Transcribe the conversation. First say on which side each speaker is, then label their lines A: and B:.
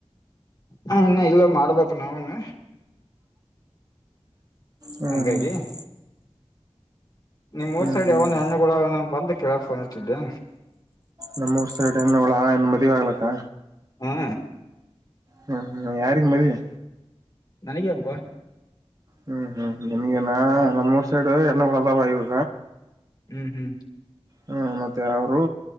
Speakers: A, on the left; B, on the right.
A: ಹ ಇನ್ನ ಇಲ್ಲ ಮಾಡ್ಬೇಕು ನಾವುನು
B: ಹ್ಮ್
A: ಹಂಗಾಗಿ
B: ಹ್ಮ್
A: ನಿಮ್ ಊರ್
B: ಹ್ಮ್
A: ಸೈಡ್ ಯಾವಾನ
B: ಹ್ಮ್
A: ಹೆಣ್ಣುಗೊಳ್ ಬಂದು ಕೇಳಕ್ ಫೋನ್ ಹಚ್ಚಿದ್ದೆ.
B: ನಮ್ಮೂರ್ ಊರ್ ಸೈಡ್ ಹೆಣ್ಣಗೊಳಾ ಏನ್ ಮದುವೆ ಆಗ್ಲಕ್ಕಾ
A: ಹಾ.
B: ಹ್ಮ್ ಹ್ಮ್ ಯಾರಿಗೆ ಮದುವಿ
A: ನನಗೆ ಅಪ್ಪ.
B: ಹ್ಮ್ ಹ್ಮ್ ನಿಮಗೆನಾ ನಮ್ಮ ಊರು ಸೈಡು ಹಣ್ಣಗೊಳ್ ಅದಾವಾ ಈಗ
A: ಹ್ಮ್ ಹ್ಮ್.
B: ಹ್ಮ ಮತ್ತೆ ಅವರು